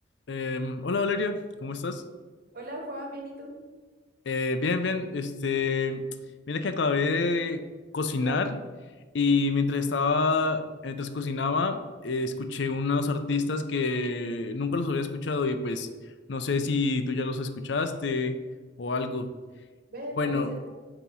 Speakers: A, on the left (about 65°); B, on the right (about 50°).
A: Em, hola Valeria, ¿cómo estás?
B: Hola Juan, ¿bien y tú?
A: Eh, bien, bien. Este, mira que acabé de cocinar
B: No.
A: y mientras estaba, mientras cocinaba, eh, escuché unos artistas que nunca los había escuchado y pues no sé si tú ya los escuchaste o algo.
B: Ve,
A: Bueno,
B: ¿cuál es el?